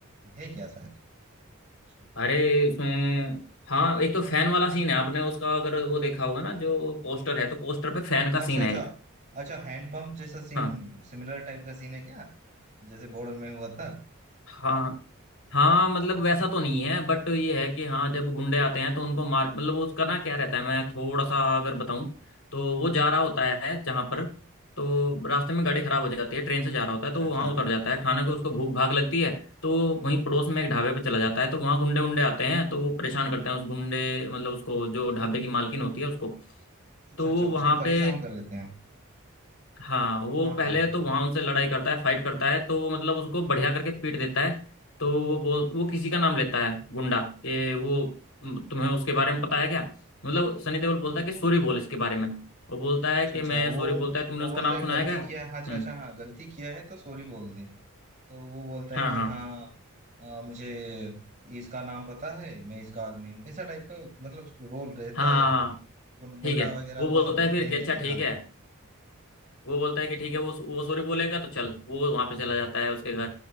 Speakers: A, on the right; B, on the left.
A: है क्या शायद उसमें
B: अरे उसमें हाँ एक तो फैन वाला सीन है आपने उसका अगर वो देखा होगा ना जो पोस्टर है तो पोस्टर पे फैन का सीन
A: अच्छा अच्छा
B: है एक
A: अच्छा हैंडपंप जैसा सीन
B: हाँ
A: सिमिलर टाइप का सीन है क्या जैसे बॉर्डर में हुआ था
B: हाँ हाँ मतलब वैसा तो नहीं है बट ये है कि हाँ जब गुंडे आते हैं तो उनको मार मतलब वो उसका ना क्या रहता है मैं थोड़ा सा अगर बताऊं तो वो जा रहा होता है जहाँ पर तो रास्ते में गाड़ी खराब हो जाती है ट्रेन से जा रहा होता
A: अच्छा
B: है तो वो
A: अच्छा
B: वहाँ उतर जाता है खाना को उसको भूख भाग लगती है तो वहीं पड़ोस में एक ढाबे पर चला जाता है तो वहाँ गुंडे उंडे आते हैं तो वो परेशान करते हैं उस गुंडे मतलब उसको जो ढाबे की मालकिन होती है उसको
A: अच्छा
B: तो
A: अच्छा
B: वो वहाँ
A: उसको परेशान
B: पे
A: कर लेते हैं
B: हाँ वो
A: हाँ हाँ
B: पहले
A: हाँ।
B: तो वहां उनसे लड़ाई करता है फाइट करता है तो वो मतलब उसको बढ़िया करके पीट देता है तो वो बोल वो किसी का नाम लेता है गुंडा कि वो "म, तुम्हें उसके बारे में पता है क्या मतलब सनी देओल बोलता है कि सॉरी बोल इसके बारे में वो बोलता
A: अच्छा
B: है कि
A: अच्छा
B: मैं
A: वो
B: सॉरी बोलता है तुमने
A: वो
B: उसका
A: बोलता
B: नाम
A: है
B: सुना
A: गलती
B: है क्या
A: किया है अच्छा
B: हम्म
A: अच्छा हाँ गलती किया है तो सॉरी बोल दे तो वो बोलता है
B: हाँ
A: कि
B: हाँ
A: हाँ आ, मुझे इसका नाम पता है मैं इसका आदमी हूँ ऐसा टाइप का मतलब रोल रहता
B: हाँ
A: है
B: हाँ, हाँ,
A: गुं, गुंडा
B: ठीक है
A: वगैरह
B: वो
A: वो
B: बोलता
A: सब बोलते
B: है फिर कि अच्छा
A: हैं कि
B: ठीक
A: हाँ
B: है वो बोलता है कि ठीक
A: ठीक
B: है वो वो सॉरी बोलेगा तो चल वो वहां पे चला जाता है उसके घर